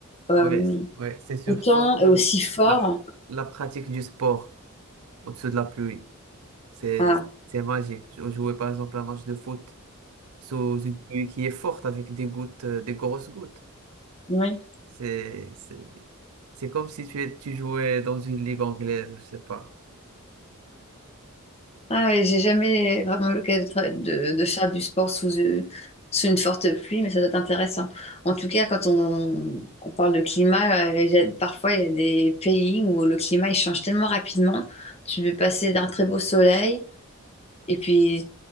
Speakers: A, on the left (about 30°); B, on the right (about 80°).
A: euh,
B: Ouais, ouais, c'est surtout
A: autant et aussi fort?
B: la, la pratique du sport au-dessus de la pluie. C'est,
A: Ah,
B: c'est magique. Je jouais par exemple un match de foot sous une pluie qui est forte avec des gouttes, euh, des grosses gouttes.
A: oui.
B: C'est, c'est, c'est comme si tu, es- tu jouais dans une ligue anglaise, je sais pas.
A: Ah, et j'ai jamais vraiment l'occasion de, tra- de- de faire du sport sous, euh, sous une forte pluie, mais ça doit être intéressant. En tout cas, quand on, on parle de climat, euh, il y a- parfois il y a des pays où le climat il change tellement rapidement. Tu peux passer d'un très beau soleil et puis